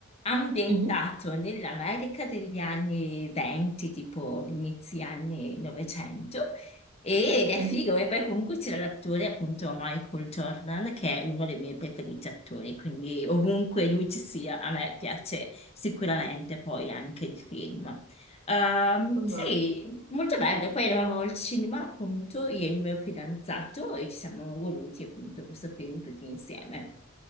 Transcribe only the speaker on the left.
Ambientato
nell'America degli anni 20, tipo inizi anni 900, ed è
figo, e poi comunque c'era l'attore appunto Michael Jordan, che è uno dei miei preferiti attori, quindi ovunque lui ci sia, a me piace sicuramente poi anche il film. Ehm,
sì, molto bello. Poi eravamo al cinema appunto, io e il mio fidanzato, e ci siamo voluti appunto questo film tutti insieme.